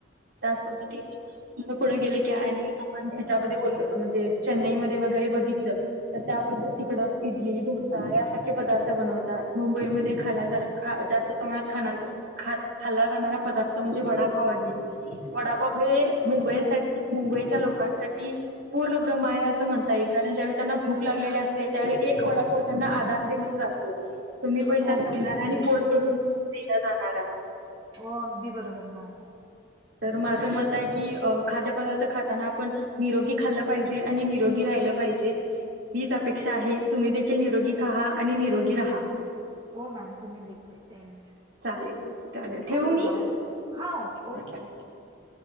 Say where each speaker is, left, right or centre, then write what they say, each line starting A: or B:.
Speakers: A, on the right; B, on the right.
A: त्याच पद्धतीने पुढे गेली की आणि हेच्या म्हणजे चेन्नई म वगरे बघित तर त्या तिकड ईडली डोसा यासारखे पदार्थ बनवतात. मुंबई मध्ये खा ख जास्त प्रमाणात खा खाल्ला जाणारा पदार्थ म्हणजे वडापाव आहे, वडापाव हे मुंबईसाठी मुंबईच्या लोकांसाठी पूर्ण ब्रह्मा आहे असं म्हणताई कारण ज्यावेळी त्यांना भूक लागलेली असते त्यावेळी एक वडापाव त्यांना आधार देऊन जातो. कमी पैशात
B: हो मॅम
A: मिळणार
B: अगदी
A: आणि पोड करूनला जाणार हड
B: हो अगदी बरोबर मॅम
A: तर माझं मत आहे की खाद्यपदार्थ खाताना, आपण निरोगी खाल्लं पाहिजे आणि निरोगी राहिलं पाहिजे हीच अपेक्षा आहे तुम्ही देखील निरोगी खा आणि निरोगी राहा.
B: हो मॅम तुम्ही देखील
A: चालेल चालेल ठेवू
B: ओके
A: मी
B: बाय बाय मॅम हा ओके ओके
A: बाय
B: ओके